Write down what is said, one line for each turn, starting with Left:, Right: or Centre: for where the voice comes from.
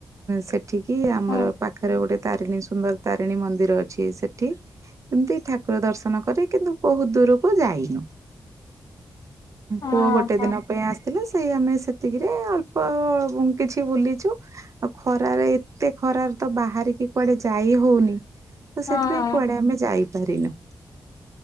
Right: ସେଠିକି ଆମର
Left: ହଁ
Right: ପାଖରେ ଗୋଟେ ତାରିଣୀ ସୁନ୍ଦର ତାରିଣୀ ମନ୍ଦିର ଅଛି ସେଠି ଏମତି ଠାକୁର ଦର୍ଶନ କରେ କିନ୍ତୁ ବହୁତ ଦୂରକୁ ଯାଇନୁ।
Left: ହଁ।
Right: ପୁଅ ଗୋଟେ ଦିନ ପାଇଁ ଆସିଥିଲା ସେଇ ଆମେ ସେ ଏତିକିରେ ଅଳ୍ପ କିଛି ବୁଲିଛୁ ଆଉ ଖରାରେ ଏତେ ଖରାରେ ତ ବାହାରିକି କୁଆଡେ ଯାଇ ହଉନି ତ
Left: ହଁ
Right: ସେଥିପାଇଁ କୁଆଡେ ଆମେ ଯାଇପାରିନୁ।